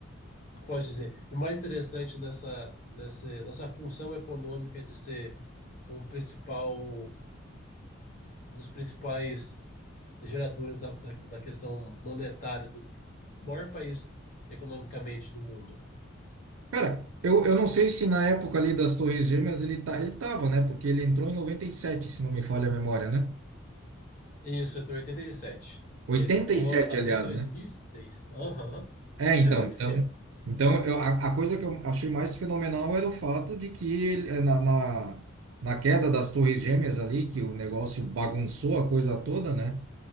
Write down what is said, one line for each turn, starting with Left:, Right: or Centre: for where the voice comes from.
Left: que eu posso dizer, o mais interessante nessa, nessa, nessa função econômica de ser um principal, um dos principais geradores da, da, da questão monetária do maior país economicamente do mundo.
Right: Cara, eu, eu não sei se na época ali das Torres Gêmeas ele, tá, ele tava, né? Porque ele entrou em 97, se não me falha a memória, né?
Left: Isso, entrou em 87. E sete.
Right: Oitenta
Left: E ele ficou
Right: e sete,
Left: até
Right: aliás,
Left: 2006.
Right: né?
Left: Aham.
Right: É, então,
Left: É muito
Right: então,
Left: tempo.
Right: então eu, a, a coisa que eu achei mais fenomenal era o fato de que ele, eh, na, na, na queda das Torres Gêmeas ali, que o negócio bagunçou a coisa toda, né?